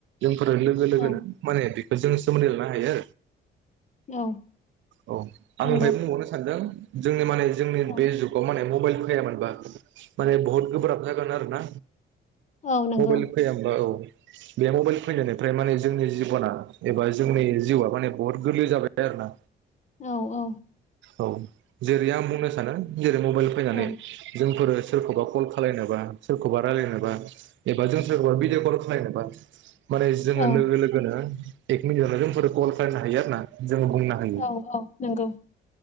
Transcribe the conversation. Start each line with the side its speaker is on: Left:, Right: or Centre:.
Right: फोर लोगो लोगोनो
Left: औ
Right: माने बे जों सोमोन्दो लानो हायो।
Left: औ
Right: औ आं
Left: नंगौ
Right: फ्राय बुंबावनो सानदों। जोंनि माने। जोंनि
Left: औ
Right: बे जुगाव माने मबाइल फखैायामोनबा माने बहुत गोब्राब जागोन आरो ना?
Left: औ नंगौ
Right: मबाइल फै हबा औ। बे मबेल फैनायनिफ्राय माने जोंनि जिब'ना एबा जोंनि जिउआ माने बुहुत गोरलै जाबाय आरोना।
Left: औ औ।
Right: औ जेरै आं बुंनो सानो। बे मबाइल फैनानै
Left: औ
Right: जोंफोर सोरखौबा कल खालायनोबा। सोरखौबा रायलायनोबा एबा जों सोरखौबा भिडिअ कल खालायनोबा। माने जोङो
Left: औ
Right: लोगो लोगोनो। एक मिनिट जोंफोरो कल खालामनो हायो आरो ना। जोङो बुंनो हायो
Left: औ औ नंगौ।